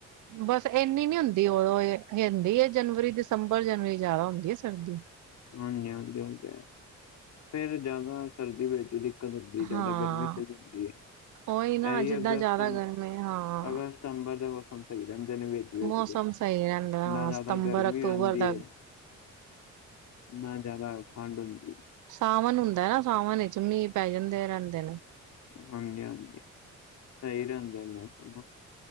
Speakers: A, on the right; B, on the left.
A: ਬਸ ਇੰਨੀ ਨੀ ਹੁੰਦੀ ਉਦੋਂ <unintelligible> ਹੈ। ਜਨਵਰੀ, ਦਿਸੰਬਰ, ਜਨਵਰੀ ਜ਼ਿਆਦਾ ਹੁੰਦੀ ਹੈ। ਸਰਦੀ
B: ਹਾਂਜੀ- ਹਾਂਜੀ ਉਹ ਤੇ ਹੈ। ਫਿਰ ਜ਼ਿਆਦਾ ਸਰਦੀ ਵਿੱਚ ਵੀ ਦਿੱਕਤ ਹੁੰਦੀ ਜਿਆਦਾ
A: ਹਾਂ
B: ਗਰਮੀ ਚੜੀ ਹੁੰਦੀ ਹੈ।
A: ਉਹੀ ਨਾ
B: ਇਹੀ
A: ਜਿੱਦਾਂ
B: ਅਗਸਤ,
A: ਜ਼ਿਆਦਾ
B: ਸਿਤੰਬਰ,
A: ਗਰਮੀ ਹਾਂ
B: ਅਗਸਤ ਸਿਤੰਬਰ ਦੇ ਮੌਸਮ ਸਹੀ ਰਹਿੰਦੇ ਨੇ ਵੇ <unintelligible>
A: ਮੌਸਮ ਸਹੀ ਰਹਿੰਦਾ ਹਾਂ
B: ਨਾ ਜ਼ਿਆਦਾ
A: ਸਤੰਬਰ
B: ਗਰਮੀ
A: ਅਕਤੂਬਰ
B: ਰਹਿੰਦੀ
A: ਤੱਕ
B: ਹੈ। ਨਾ ਜ਼ਿਆਦਾ ਠੰਡ ਹੁੰਦੀ ਹੈ।
A: ਸਾਵਣ ਹੁੰਦਾ ਨਾ ਸਾਵਣ ਵਿੱਚ ਮੀਂਹ ਪੈ ਜਾਂਦੇ ਰਹਿੰਦੇ ਨੇ
B: ਹਾਂਜੀ- ਹਾਂਜੀ ਸਹੀ ਰਹਿਦਾ ਮੌਸਮ ਨਾ